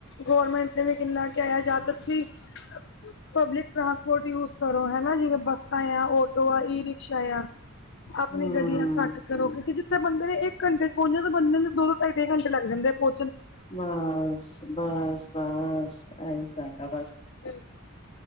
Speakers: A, on the left; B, on the left.
A: ਗੌਰਮੈਂਟ ਕਿੰਨਾ ਕਹਿ ਜਦਕਿ ਪਬਲਿਕ ਟ੍ਰਾਂਸਪੋਰਟ ਯੂਜ ਕਰੋ ਹਨਾ, ਜਿਵੇਂ ਬੱਸਾਂ, ਆਟੋ ਆ, ਈ ਰਿਕਸ਼ਾ ਆ ਆਪਣੀ
B: ਹੂੰ
A: ਗੱਡੀਆਂ ਆਂ ਘੱਟ ਕਰੋ। ਕਿਉਂਕਿ ਜਿੱਥੇ ਬੰਦੇ ਨੇ ਇੱਕ ਘੰਟੇ ਚ ਪਹੁੰਚੇ ਤਾਂ ਬੰਦੇ ਨੂੰ ਦੋ ਢਾਈੇ ਘੰਟੇ ਲੱਗ ਜਾਂਦੇ ਪੁ
B: ਬਾਸ ਬਾਸ ਬਾਸ ਆਈ ਘਾਟਾ
A: ਬਿਲਕੁਲ!